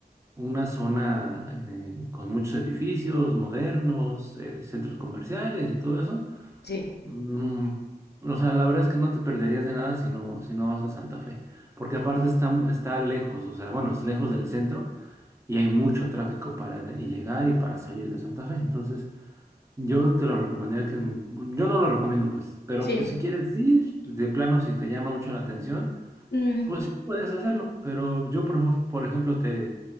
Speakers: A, on the right (about 15°); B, on the left (about 80°).
A: una zona eh, con muchos edificios modernos, eh, centros comerciales y todo eso.
B: sí,
A: Mm, o sea, la verdad es que no te perderías de nada si no, si no vas a Santa Fe, porque aparte está, mu- está lejos, o sea, bueno, es lejos del centro y hay mucho tráfico para de- y llegar y para salir de Santa Fe. Entonces, yo te lo recomendaría que, en- yo no lo recomiendo pues, pero
B: sí.
A: pues si quieres ir, de plano si te llama mucho la atención,
B: Mm,
A: pues sí puedes hacerlo, pero yo por, ejemplo- por ejemplo te